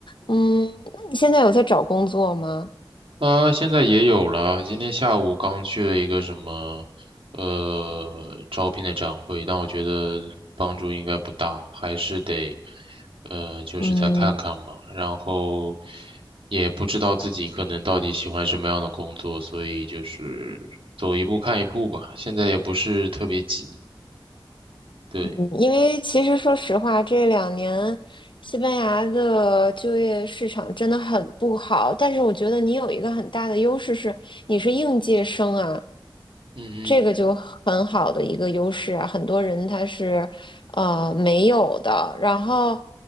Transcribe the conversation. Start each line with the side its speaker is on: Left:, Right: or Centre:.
Left: 嗯，那你现在有在找工作吗？
Right: 呃，现在也有了。今天下午刚去了一个什么，呃，招聘的展会，但我觉得帮助应该不大，还是得，呃，就是再看看吧。
Left: 嗯，
Right: 然后也不知道自己可能到底喜欢什么样的工作，所以就是走一步看一步吧。现在也不是特别急，对，
Left: 嗯因为其实说实话，这两年西班牙的就业市场真的很不好，但是我觉得你有一个很大的优势是你是应届生啊，
Right: 嗯哼。
Left: 这个就很好的一个优势啊，很多人他是呃没有的。然后，